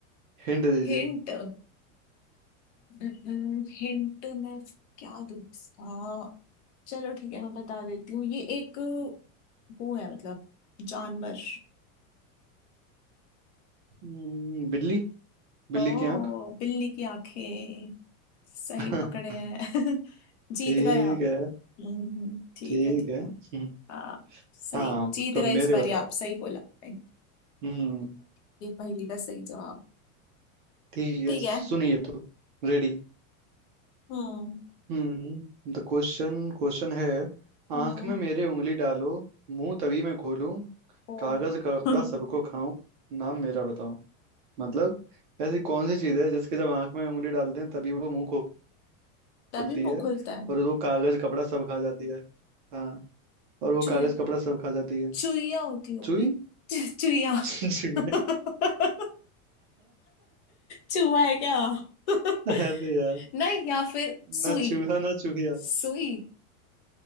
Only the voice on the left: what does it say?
हिंट हिंट मैं क्या दूँ इसका चलो ठीक है मैं बता देती हूँ ये एक वो है मतलब जानवर
ओ
बिल्ली की आंखें सही
पकड़े हैं <laughs> जीत
गए आप
हम्म, हम्म, ठीक
है ठीक
है
हाँ सही
जीत
गए
इस बारी
आप सही बोला आपने
<laughs> ये पहेली का सही जवाब
ठीक
है
हम्म
हम्म
ओ
<laughs>
तभी
मुंह
खुलता है
चु
चुईया होती होगी
चु- चुईया
<laughs> चुहा है क्या <laughs>
नहीं या फिर सुई
सुई